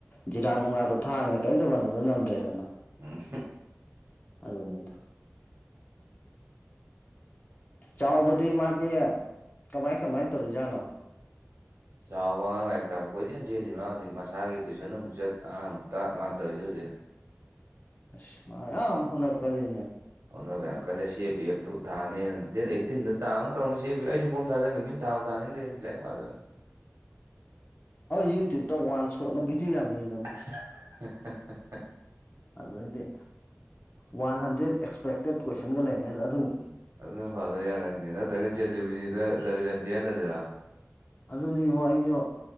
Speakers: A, on the left (about 40°); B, on the right (about 65°).
A: ꯖꯤꯔꯥ ꯅꯨꯡꯔꯥꯗꯣ ꯊꯥꯛꯑꯃꯤꯅ ꯀꯔꯤꯝꯇ ꯃꯅꯝꯗꯣ ꯅꯝꯗ꯭ꯔꯦꯗꯅ꯫
B: ꯎꯝ꯫
A: ꯑꯗꯨꯅꯤꯗ꯫ ꯆꯥꯎꯕꯗꯤ ꯃꯥꯗꯤ ꯀꯃꯥꯏ ꯀꯃꯥꯏ ꯇꯧꯔꯤꯖꯥꯠꯅꯣ꯫
B: ꯆꯥꯎꯕ ꯑꯉꯥꯡ ꯂꯥꯏꯔꯤꯛ ꯇꯥꯛꯄ ꯀꯣꯏ ꯆꯦꯜ ꯆꯦꯜꯂꯤ ꯃꯥ ꯍꯧꯖꯤꯛ ꯃꯁꯥꯒꯤ ꯇꯨꯏꯁꯟ ꯑꯃꯨꯛ ꯆꯠ ꯑꯉꯥꯡꯃꯨꯛꯛꯇꯥꯛ ꯃꯥꯥꯟ ꯇꯧꯔꯤꯁꯦ ꯍꯧꯖꯤꯛ꯫
A: ꯑꯁ ꯃꯥ ꯌꯥꯝ ꯍꯣꯠꯅꯕ ꯀꯜꯂꯤꯅꯦ꯫
B: ꯑꯣꯅꯕ ꯌꯥꯝ ꯀꯜꯂꯦ ꯁꯤ ꯑꯦ ꯄꯤ ꯑꯦꯐ ꯇꯨ ꯊꯥꯅꯤꯅ ꯗꯦꯠ ꯑꯩꯠꯇꯤꯟꯗ ꯇꯥꯒꯨꯝ ꯇꯧꯕꯅꯤꯅꯦ ꯑꯩꯁꯨ ꯐꯣꯝ ꯊꯥꯖꯟꯒꯝꯅꯤꯅꯦ꯫ ꯊꯕꯨ ꯊꯥꯅꯤꯡꯗꯔ꯭ꯦꯅꯦ꫰ꯂꯥꯏꯔꯤꯛ ꯄꯥꯗꯝꯅꯤꯅ꯫
A: ꯌꯨꯇ꯭ꯌꯨꯞꯕꯇ ꯋꯥꯟ ꯁꯣꯠꯅ ꯚꯤꯗꯤꯑꯣ ꯌꯥꯝ ꯂꯩꯕꯅꯦ꯫
B: <unintelligible>
A: ꯑꯗꯨꯏꯗꯤ ꯋꯥꯟ ꯍꯟꯗ꯭ꯔꯦꯗ ꯑꯦꯛꯁꯄꯦꯛꯇꯦꯠ ꯀꯣꯏꯁꯟꯒ ꯂꯩꯅꯤꯗ
B: ꯎꯝ ꯑꯗꯨꯅ ꯐꯥꯗ ꯌꯥꯔꯪꯗꯦ ꯅꯠꯇ꯭ꯔꯒ ꯆꯦꯆꯕꯤꯗꯤꯗ ꯁꯖꯦꯁꯟ ꯄꯤꯍꯜꯂꯁꯤꯔꯥ
A: ꯑꯗꯨꯅꯤꯕꯨ ꯑꯩꯁꯨ